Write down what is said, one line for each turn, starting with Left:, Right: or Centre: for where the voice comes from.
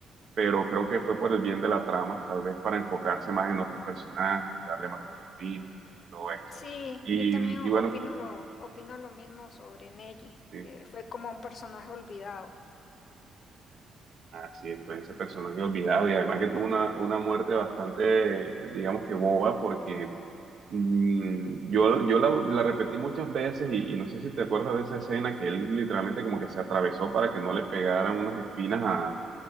Right: pero creo que fue por el bien de la trama, tal vez para enfocarse más en otros personajes, darle más protagonismo y todo esto.
Left: Sí,
Right: Y,
Left: yo también opino
Right: y bueno,
Left: lo, opino lo mismo sobre Neji,
Right: eh,
Left: que fue como un personaje olvidado.
Right: Así es, fue ese personaje olvidado y además que tuvo una, una muerte bastante, eh, digamos que boba, porque mm, yo, yo la, la repetí muchas veces y, y no sé si te acuerdas de esa escena que él literalmente como que se atravesó para que no le pegaran unas espinas a,